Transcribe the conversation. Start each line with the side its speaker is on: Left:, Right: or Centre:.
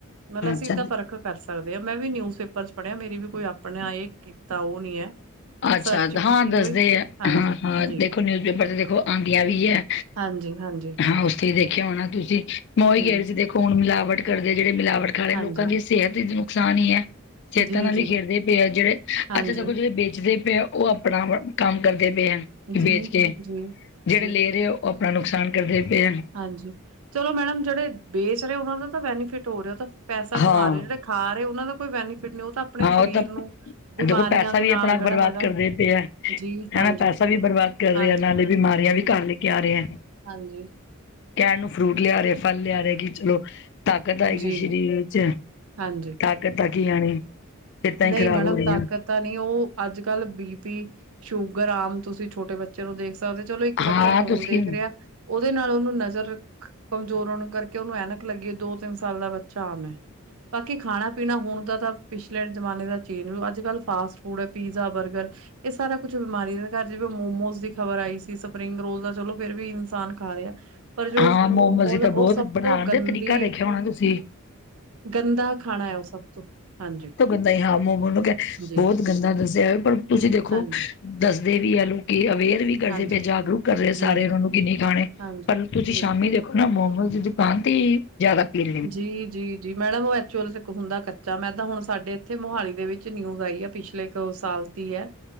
Right: ਮਤਲਬ ਅਸੀਂ
Left: ਅੱਛਾ
Right: ਇਦਾ ਪਰਖ ਕਰ ਸਕਦੇ ਹਾਂ ਮੈਂ ਵੀ ਨਿਊਜ਼ ਪੇਪਰ ਚ ਪੜ੍ਹਿਆ ਮੇਰੀ ਵੀ ਕੋਈ ਆਪਣਾ ਇਹ ਕੀਤਾ ਉਹ ਨੀ ਹੈ
Left: ਅੱਛਾ
Right: ਸਰਚ ਕੀਤੀ
Left: ਹਾਂ ਦੱਸਦੇ
Right: ਹੋਈ।
Left: ਆ
Right: ਹਾਂਜੀ
Left: ਹਾਂ ਹਾਂ
Right: ਜੀ
Left: ਦੇਖੋ ਨਿਊਜ਼ਪੇਪਰ ਤੇ ਦੇਖੋ ਆਉਦੀਆਂ ਵੀ ਹੈ।
Right: ਹਾਂਜੀ ਹਾਂਜੀ।
Left: ਹਾਂ ਉਸ ਤੇ ਦੇਖਿਆ ਹੋਣਾ ਤੁਸੀਂ ਮੈ ਉਹੀ
Right: ਜੀ
Left: ਕਹਿ ਰਹੀ ਸੀ ਦੇਖੋ ਕੌਣ ਮਿਲਾਵਟ ਕਰਦੇ ਜਿਹੜੇ ਮਿਲਾਵਟ ਖਾ ਰਹੇ
Right: ਹਾਂਜੀ
Left: ਲੋਕਾਂ ਦੀ ਸਿਹਤ ਵਿੱਚ ਨੁਕਸਾਨ ਹੀ ਹੈ। ਸਿਹਤਾਂ
Right: ਜੀ
Left: ਨਾਲ
Right: ਜੀ
Left: ਹੀ ਖੇਡਦੇ ਪਏ ਆ ਜਿਹੜੇ
Right: ਹਾਂਜੀ
Left: ਅੱਛਾ ਦੇਖੋ ਜਿਹੜੇ ਵੇਚਦੇ ਵੇਚਦੇ ਪਏ ਆ ਉਹ ਆਪਣਾ ਕੰਮ ਕਰਦੇ ਪਏ ਹੈ
Right: ਜੀ
Left: ਵੇਚ ਕੇ
Right: ਜੀ
Left: ਜਿਹੜੇ
Right: ਜੀ
Left: ਲੈ ਰਹੇ ਉਹ ਆਪਣਾ ਨੁਕਸਾਨ ਕਰਦੇ ਪਏ ਆ।
Right: ਹਾਂਜੀ ਚਲੋ ਮੈਡਮ ਜਿਹੜੇ ਵੇਚ ਰਹੇ ਉਹਨਾਂ ਦਾ ਤਾਂ ਬੈਨੀਫਿਟ ਹੋ ਰਿਹਾ ਉਹ ਤਾਂ ਪੈਸਾ ਕਮਾ
Left: ਹਾਂ
Right: ਰਹੇ ਜਿਹੜਾ ਖਾ ਰਹੇ ਉਹਨਾਂ ਦਾ ਕੋਈ ਬੈਨੀਫਿਟ ਨਹੀਂ ਉਹ ਤਾਂ ਆਪਣੇ
Left: ਹਾਂ
Right: ਸਰੀਰ
Left: ਉਹ ਤਾਂ
Right: ਨੂੰ ਬਿਮਾਰੀਆਂ
Left: ਦੇਖੋ ਪੈਸਾ
Right: ਦੇ
Left: ਵੀ
Right: ਨਾਲ
Left: ਆਪਣਾ
Right: ਜਿਹੜਾ
Left: ਬਰਬਾਦ
Right: ਹੈਗਾ
Left: ਕਰਦੇ ਪਏ ਆ
Right: ਜੀ ਹਾਂਜੀ
Left: ਹਨਾ ਪੈਸਾ ਵੀ ਬਰਬਾਦ ਕਰ ਰਿਹਾ
Right: ਹਾਂਜੀ
Left: ਨਾਲੇ ਬਿਮਾਰੀਆਂ ਵੀ
Right: ਜੀ
Left: ਘਰ ਲੈ ਕੇ ਆ ਰਹੇ ਹੈ।
Right: ਹਾਂਜੀ।
Left: ਕਹਿਣ ਨੂੰ ਫਰੂਟ ਲਿਆ ਰਹੇ ਫਲ ਲਿਆ ਰਹੇ ਕਿ ਚਲੋ ਤਾਕਤ ਆਏਗੀ
Right: ਜੀ
Left: ਸਰੀਰ ਵਿੱਚ
Right: ਹਾਂਜੀ
Left: ਤਾਕਤ ਆ ਕੀ ਆਣੀ ਸਿਹਤਾਂ ਹੀ
Right: ਨਹੀਂ
Left: ਖ਼ਰਾਬ
Right: ਮੈਡਮ
Left: ਹੋ ਰਹੀਆਂ
Right: ਤਾਕਤ ਤਾਂ ਨਹੀਂ ਉਹ ਅੱਜ ਕੱਲ ਬੀ ਪੀ ਸ਼ੂਗਰ ਆਮ ਤੁਸੀਂ ਛੋਟੇ ਬੱਚੇ ਨੂੰ ਦੇਖ ਸਕਦੇ ਚਲੋ ਇੱਕ
Left: ਹਾਂ
Right: ਬੱਚਾ ਫੋਨ
Left: ਤੁਸੀਂ
Right: ਦੇਖ ਰਿਹਾ ਉਹਦੇ ਨਾਲ ਉਹਨੂੰ ਨਜ਼ਰ ਕਮਜ਼ੋਰ ਹੋਣ ਕਰਕੇ ਉਹਨੂੰ ਐਨਕ ਲੱਗੀ ਦੋ ਤਿੰਨ ਸਾਲ ਦਾ ਬੱਚਾ ਆਮ ਹੈ। ਬਾਕੀ ਖਾਣਾ ਪੀਣਾ ਹੋਣ ਦਾ ਤਾਂ ਪਿੱਛੇ ਜ਼ਮਾਨੇ ਦਾ ਚੇਂ ਅੱਜ ਕੱਲ੍ਹ ਫਾਸਟ ਪੀਜ਼ਾ ਬਰਗਰ ਇਹ ਸਾਰਾ ਕੁਛ ਬਿਮਾਰੀ ਘਰ ਜਿਵੇਂ ਮੋਮੋਜ਼ ਦੀ ਖ਼ਬਰ ਆਈ ਸੀ ਸਪਰਿੰਗ ਰੋਲ ਦਾ ਚਲੋ ਫਿਰ ਵੀ ਇਨਸਾਨ ਖਾ ਰਿਹਾ। ਪਰ ਜੋ
Left: ਹਾਂ ਮੋਮੋਸ
Right: ਮੋਮੋ
Left: ਦੀ ਤਾਂ
Right: ਉਹ
Left: ਬਹੁਤ
Right: ਸਭ
Left: ਬਣਾਉਣ
Right: ਤੋਂ ਗੰਦੀ
Left: ਦਾ ਤਰੀਕਾ ਦੇਖਿਆ ਹੋਣਾ ਤੁਸੀਂ
Right: ਗੰਦਾ ਖਾਣਾ ਹੈ ਉਹ ਸਭ ਤੋਂ ਹਾਂਜੀ।
Left: ਨਹੀ ਹਾਂ ਮੂਮੋ ਨੂੰ
Right: ਜੀ,
Left: ਬੋਤ ਗੰਦਾ ਦੱਸਿਆ ਪਰ ਤੁਸੀਂ ਦੇਖੋ
Right: ਹਾਂਜੀ,
Left: ਦੱਸਦੇ ਵੀ ਹੈ ਲੋਕੀ ਅਵੇਅਰ ਵੀ ਕਰਦੇ
Right: ਹਾਂਜੀ,
Left: ਜਾਗਰੂਕ ਕਰ ਰਹੇ
Right: ਜੀ,
Left: ਸਾਰੇ ਉਹਨਾਂ ਨੂੰ ਕਿ ਨਹੀਂ ਖਾਣੇ
Right: ਹਾਂਜੀ,
Left: ਪਰ ਤੁਸੀਂ
Right: ਜੀ।
Left: ਸ਼ਾਮੀ ਦੇਖੋ ਨਾ ਮੋਮੋ ਦੀ ਦੁਕਾਨ ਤੇ ਜ਼ਿਆਦਾ ਪੀੜ।
Right: ਜੀ ਜੀ। ਜੀ ਮੈਡਮ ਉਹ ਐਕਚੁਅਲ ਹੁੰਦਾ ਕੱਚਾ ਮੈਦਾ ਹੁਣ ਸਾਡੇ ਇੱਥੇ ਮੋਹਾਲੀ ਦੇ ਵਿੱਚ ਨਿਊਜ਼ ਆਈ ਆ ਪਿਛਲੇ ਕੁ ਸਾਲ ਦੀ ਏ